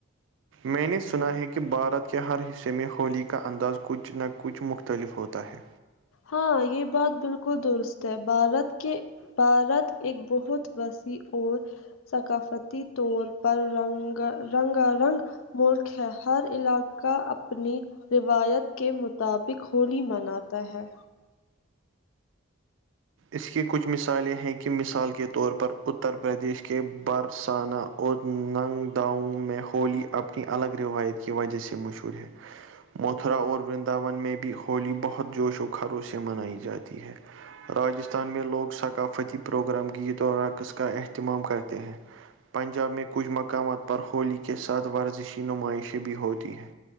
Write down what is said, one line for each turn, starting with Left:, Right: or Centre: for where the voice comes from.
Right: میں نے سنا ہے کہ بھارت کے ہر حصے میں ہولی کا انداز کچھ نہ کچھ مختلف ہوتا ہے
Left: ہاں یہ بات بالکل درست ہے بھارت کے بھارت ایک بہت وسیع اور ثقافتی طور پر رنگ رنگا رنگ ملک ہے ہر علاقہ اپنی روایت کے مطابق ہولی مناتا ہے
Right: اس کی کچھ مثالیں ہیں کہ مثال کے طور پر اتر پردیش کے برسانہ اور ننگ داؤں میں ہولی اپنی الگ روایت کی وجہ سے مشہور ہے متھرا اور ورنداون میں بھی ہولی بہت جوش و خھروش سے منائی جاتی ہے راجستھان میں لوگ ثقافتی پروگرام گیت اور رقص کا اہتمام کرتے ہیں پنجاب میں کچھ مقامات پر ہولی کے ساتھ ورزشی نمائشیں بھی ہوتی ہیں